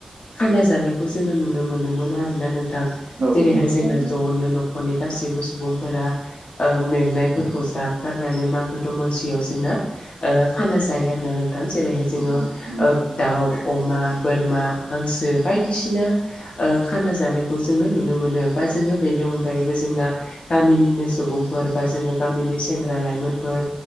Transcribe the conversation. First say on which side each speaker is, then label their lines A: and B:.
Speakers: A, on the left; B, on the right.
A: खाना जानायखौ जोङो नुनो मोनोमोन आरोना नोंथां
B: औ
A: जेरैहाय
B: नंगौ
A: जोंना
B: थारैनो
A: ज'नो न'खर नखरनि गासैबो सुबुंफोरा ओ मेंनायफोरखौ ज्राब गारनानै मागो दमसियाव जोंना ओ खाना जायो आरोना नोंथां जेरैहाय जोङो
B: औ नंगौ
A: ओ दाउ अमा बोरमा हांसो बायदिसिना ओ खाना जानायखौ जोङो नुनो मोनो बा जोङो बेनि अनगायैबो जोंना गामिनिनो सुबुंफोर बा जोङो गामिनि सेंग्रा लाइमोनफोर